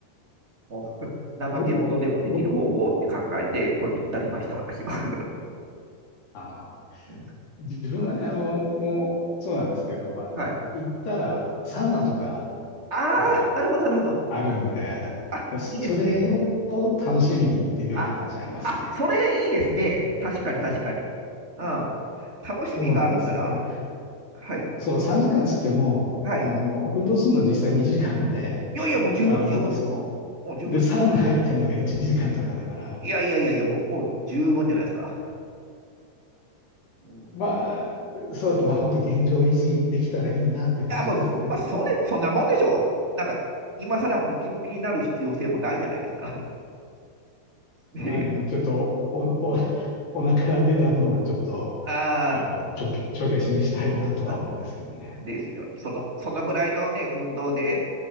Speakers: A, on the right (about 20°); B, on the left (about 55°).
A: もう怠け者でもできる方法って考えて、
B: 僕、僕、
A: これに至りました、私は。
B: あ
A: うん
B: ー、自分はね、あの、もう、そうなんですけど、あの、
A: はい。
B: 行ったら、サウナとか
A: ああ、
B: が
A: なるほど、なるほど。
B: あるんで、
A: あ、
B: それを
A: いいですね。
B: 楽しみに行ってるような感じありますね。
A: あ、あ、それいいですね。確かに、確かに。うん。楽しみがあるんなら、
B: そうなんですよ。だから
A: はい、
B: そう、3時間つっても、
A: はい。
B: あの、運動するのは実際2時間で、
A: いやいや、もう十分、
B: あの、
A: 十分ですよ。
B: そ
A: もうもう十分ですよ。
B: で、サウナ入ってるのが1時間とかだから、
A: いやいやいやいや、もう、もう十分じゃないですか。うん、
B: まあ、そうですね。まあ、本当現状維持できたらいいなって感じですね。
A: や、もう、まあ、それ、そんなもんでしょう。なんか、今更ムキムキになる必要性もないじゃないですか。<laughs> ね、
B: まあね、ちょっとお、お、お腹出た分はちょっと、
A: あ
B: あの、帳消、帳消しにしたいなとは思うんですけどね。
A: ーあ、<laughs> ですよ。その、そのぐらいのね、運動で